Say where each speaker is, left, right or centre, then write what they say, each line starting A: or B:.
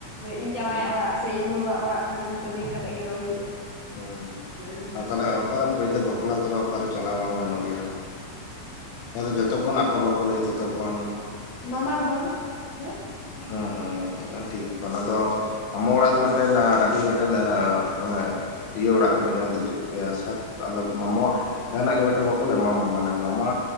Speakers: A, on the left; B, on the left.
A: ᱤᱧ ᱡᱟᱶᱟᱭᱟᱜ
B: ᱦᱩᱸ
A: ᱚᱲᱟᱜ ᱥᱮ ᱤᱧ ᱵᱟᱹᱦᱩᱣᱟᱜ ᱚᱲᱟᱜ ᱚᱸᱰᱮ ᱫᱚ ᱡᱷᱚᱛᱚ ᱵᱤᱱ ᱠᱟᱛᱮᱜ ᱜᱮ ᱨᱚᱲ ᱦᱩᱭᱩᱜᱼᱟ᱾
B: ᱦᱮᱸ
A: ᱚᱱᱠᱟ
B: ᱟᱫᱚ ᱱᱟᱦᱟᱸᱜ ᱚᱠᱟᱨᱮ ᱯᱳᱭᱞᱳ ᱵᱟᱯᱞᱟ ᱛᱚᱨᱟ ᱚᱠᱟᱨᱮ ᱪᱟᱞᱟᱣ ᱵᱟᱝ ᱜᱟᱱᱚᱜ ᱜᱮᱭᱟ᱾ ᱡᱟᱦᱟᱸ ᱫᱚ ᱡᱚᱛᱚᱠᱷᱚᱱ ᱟᱠᱚ ᱵᱟᱠᱚ ᱞᱟᱹᱭᱟ ᱛᱚᱛᱚᱠᱷᱚᱱ
A: ᱢᱟᱢᱟ ᱜᱷᱚᱨ ᱥᱮ
B: ᱦᱮᱸ ᱦᱮᱸ ᱴᱷᱤᱠ ᱚᱱᱟ ᱫᱚ
A: ᱦᱮᱸ
B: ᱟᱢᱚ ᱚᱲᱟᱜ ᱫᱚ ᱢᱤᱫᱴᱮᱱ ᱟᱹᱰᱤ ᱢᱤᱫᱴᱮᱱ ᱢᱟᱱᱮ ᱤᱭᱟᱹ ᱚᱲᱟᱜ ᱠᱟᱱᱟ ᱡᱟᱦᱟᱸ ᱫᱚ ᱪᱮᱫ ᱠᱚ ᱞᱟᱹᱭᱟ ᱥᱟᱛ ᱟᱞᱟᱫ ᱢᱟᱢᱚᱣᱟᱜ ᱾ ᱡᱟᱦᱟᱱᱟᱜ ᱜᱮ ᱢᱤᱫᱴᱮᱱ ᱵᱟᱠᱚ ᱞᱟᱹᱭᱟ ᱢᱟᱱᱮ ᱢᱟᱢᱟ